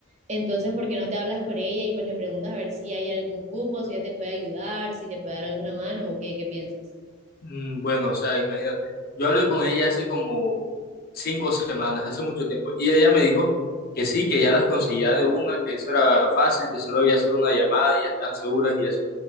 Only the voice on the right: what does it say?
Entonces, ¿por qué no te hablas con ella y pues le preguntas a ver si hay algún cupo, si ella te puede ayudar, si te puede dar alguna mano o qué, qué piensas?